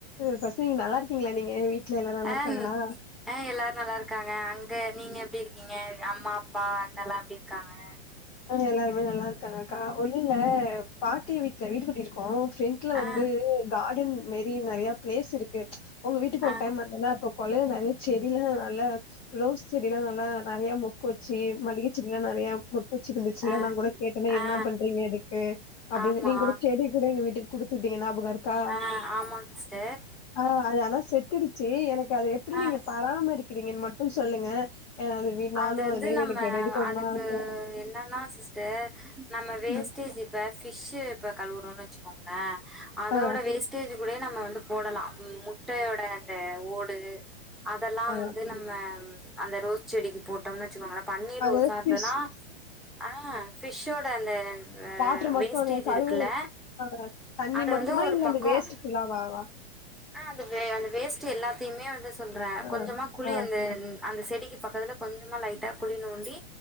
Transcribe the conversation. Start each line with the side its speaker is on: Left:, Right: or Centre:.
Left: ஃபர்ஸ்ட் நீங்க நல்லா இருக்கீங்களா நீங்க வீட்ல எல்லா நல்லா
Centre: ஆ
Left: இருக்காங்களா
Centre: ந- ஆ எல்லாரு நல்லா இருக்காங்க அங்க நீங்க எப்டி இருக்கீங்க அம்மா அப்பா அண்ணலா எப்டி இருக்காங்க
Left: ஆ எல்லாருமே நல்லா இருக்காங்க கா ஒன்னு இல்ல பாட்டி வீட்ல வீடு கட்டிருக்கோ ஃப்ரெண் ட்ல வந்து
Centre: ஆ
Left: கார்டன் மேரி நெறைய பிளேஸ் இருக்கு உங்க வீட்டுக்கு ஒரு
Centre: ஆ
Left: டைம் வந்தல அப்ப கொல்லையில நெறைய செடில நல்ல ரோஸ் செடிலா நல்லா நெறைய மொக்கு வச்சு மல்லிகை செடிலா நெறைய மொ சிருந்துச்சுல்ல
Centre: ஆ
Left: நா கூட கேட்டனே என்ன
Centre: ஆ
Left: பண்றீங்க இதுக்கு அப்டின்னு
Centre: ஆமா
Left: நீங்க கூட செடி கூட எங்க வீட்டுக்கு குடுத்துட்டீங்க ஞாபகம் இருக்கா
Centre: ஆ ஆமா சிஸ்டர்
Left: ஆ அது ஆனா செத்துடுச்சு எனக்கு அது எப்டி
Centre: ஆ
Left: நீங்க பராமரிக் க்கிறீங்கனு மட்டு சொல்லுங்க அ அது வீ நானும்
Centre: அது வந்து
Left: மாரி
Centre: நம்ம
Left: எனக்கு ரெடி பண்ணனும்னு
Centre: அதுக்கு
Left: ஆச.
Centre: என்னன்னா சிஸ் டர் நம்ம வேஸ்டேஜ்
Left: ம்.
Centre: இப்ப ஃபிஷ்ஷு இப்ப கழுவுறோன்னு வச்சுக்கோங்களே அதோட
Left: ஆ
Centre: வேஸ்ட்டேஜ் கூட நம்ம வந்து போடலா ம் முட்டையோட அந்த ஓடு அதல்லா
Left: ஆ
Centre: வந்து நம்ம அந்த ரோஸ் செடிக்கு போட்டோம்னு வச்சுக்கோங்கள பன்னீர்
Left: அது
Centre: ரோசா இருந்துனா
Left: ஃபிஷ்
Centre: ஆ ஃபிஷ்ஷோட அந்த அ
Left: வாட்டர் மட்டு
Centre: வேஸ்டேஜ்
Left: அந்த கழுவுற
Centre: இருக்குல்ல
Left: ஆ தண்ணி
Centre: அத
Left: மட்டுமா
Centre: வந்து ஒரு
Left: இல்ல
Centre: பக்கோ
Left: அந்த வேஸ்ட் ஃபுல்லாவாவா
Centre: ஆ அந்த வே அந்த வேஸ்ட்டு எல்லாத்தையுமே வந்து சொல்ற
Left: ஆ
Centre: கொஞ்சமா குழி
Left: ஆ
Centre: அந்த அந்த செடிக்கு பக்கத்துல கொஞ்சமா லைட்டா குழி நோண்டி